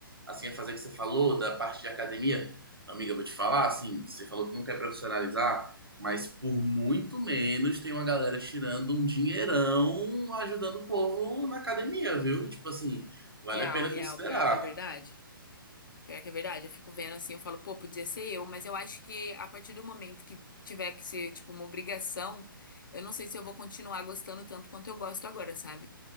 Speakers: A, on the right (about 90°); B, on the left (about 60°).
A: assim, a fazer que você falou, da parte de academia, amiga, eu vou te falar, assim, você falou que não quer profissionalizar. Mas por muito menos tem uma galera tirando um dinheirão ajudando o povo na academia, viu? Tipo assim, vale
B: Real,
A: a pena
B: real,
A: considerar.
B: pior que é verdade. Pior que é verdade, eu fico vendo assim, eu falo, pô, podia ser eu, mas eu acho que a partir do momento que tiver que ser, tipo, uma obrigação, eu não sei se eu vou continuar gostando tanto quanto eu gosto agora, sabe?